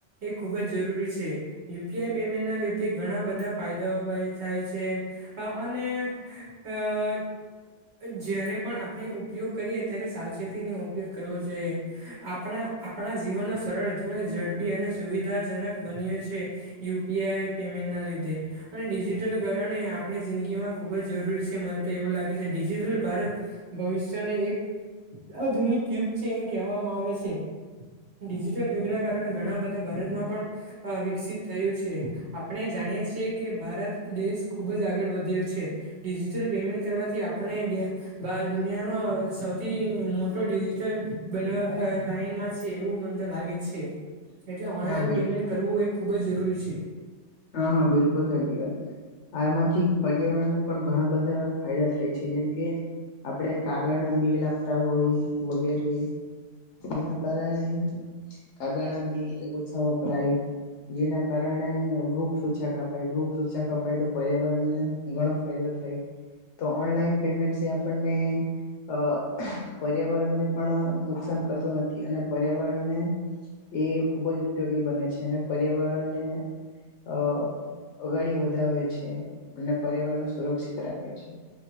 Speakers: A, on the right (about 65°); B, on the left (about 70°).
A: ખુબ જ જરૂરી છે યુપીઆઈ પેમેન્ટ ના લીધે ઘણા બધા ફાયદાઓ પન થાય છે. અને અ જ્યારે પણ આપણે ઉપયોગ કરીએ ત્યારે સાવચેતી નો ઉપયોગ કરવો જોઈએ આપણા આપણા જીવનનો સરળ ઝડપી અને સુવિધાજનક બન્યો છે યુપીઆઈ પેમેન્ટના લીધે અને ડિજિટલ કારણે આપણી જિંદગીમાં ખૂબ જરૂરી છે મન તે એવું લાગે છે ડિજિટલ ભારત ભવિષ્યને એક આધુનિક યુગ છે એમ કહેવામાં આવે છે. ડિજિટલ યુગના કારણે ઘણા બધા ભારતમાં પણ વિકસિત થયું છે આપણે જન ણી કે ભારત દેશ ખૂબ જ આગળ વધ્યો છે ડિજિટલ પેમેન્ટ કરવાથી આપણે બા દુનિયા સૌ મોટો ડિજિટલ બનવા લાઈનમાં છે એવું મને તો લાગે છે. એટલે ઓનલાઈન
B: હા બિલ
A: પેમેન્ટ કરવું એ ખૂબ જ જરૂરી છે.
B: હા હા બિલકુલ સાચી વાત આમાંથી પર્યાવરણ ના પણ ઘણા બધા ફાયદા થાય છે જેમ કે આપડે કાગળના બી લાગતા હોય વગેરે એના કારણે કાગળ ના બિલ ઓછા વપરાય જેના કારણે વૃક્ષ ઓછા કપાય વૃક્ષછા કપાય તો પર્યાવરણ ને ઘણો ફાયદો થાય. તો ઓનલાઈન પેમેન્ટ છે આપણને અ પર્યાવરણને પણ નુકસાન કરતું નથી. અને પર્યાવરણને એ ખૂબ જ ઉપયોગી બને છે અને પર્યાવરણને અ અગાડી વધાવે છે અને પર્યાવરણ સુરક્ષિત રાખે છે.